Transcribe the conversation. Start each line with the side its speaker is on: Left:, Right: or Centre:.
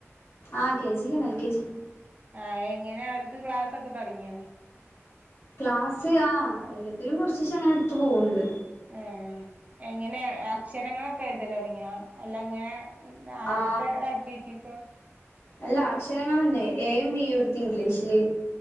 Left: ആഹ കെ ജി ലെന്നെ എൽ കെജി
Right: ആ എങ്ങനെ അവർക്ക് ക്ലാസ്സൊക്കെ തൊടങ്ങ്യാ
Left: ക്ലാസ് ആ എല്ലത്തിലും കൊറച്ചീഷെ അങ്ങനെടുത്ത് പോവ്ണ്ട്
Right: ഏ എങ്ങനെ അക്ഷരങ്ങളൊക്കെ എഴ്തലൊടങ്ങ്യ അല്ല എങ്ങനെ ആദ്യത്തെ
Left: ആ
Right: ആക്ടിവിറ്റീസൊ
Left: അല്ല അക്ഷരങ്ങളെന്നെ ഏയും ബിയും ഇടുത്ത് ഇംഗ്ലീഷില്